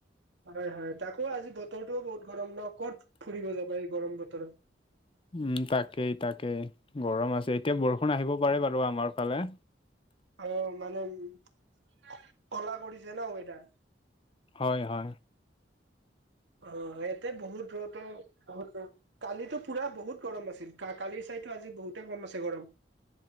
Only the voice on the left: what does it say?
উম তাকেই তাকেই গৰম আছে এতিয়া বৰষুণ আহিব পাৰে বাৰু আমাৰ ফালে।
হয় হয়